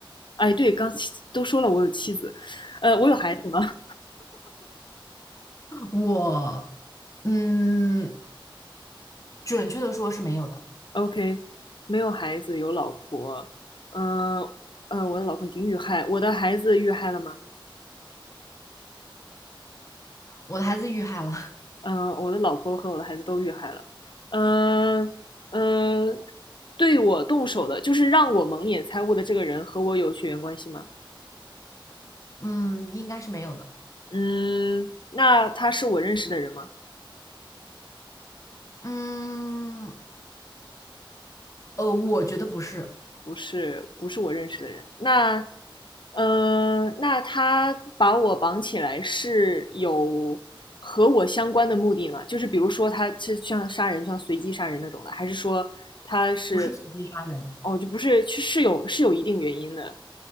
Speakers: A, on the left (about 60°); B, on the left (about 35°).
A: 哎，对，刚都说了我有妻子，呃，我有孩子吗
B: 我嗯，准确的说是没有的。
A: ？OK，没有孩子，有老婆。嗯呃，呃我的老婆已经遇害，我的孩子遇害了吗？
B: 我的孩子遇害了，
A: 嗯、我的老婆和我的孩子都遇害了。嗯、嗯、呃对我动手的，就是让我蒙眼猜物的这个人和我有血缘关系吗？
B: <laughs> 嗯，应该是没有的。
A: 嗯，那他是我认识的人吗？
B: 嗯，呃，我觉得不是，
A: 不是，不是我认识的人。那，呃，那他把我绑起来是有和我相关的目的吗？就是比如说他是像杀人，像随机杀人那种的，还是说他是，
B: 不是随机杀人。
A: 哦，就不是，是有是有一定原因的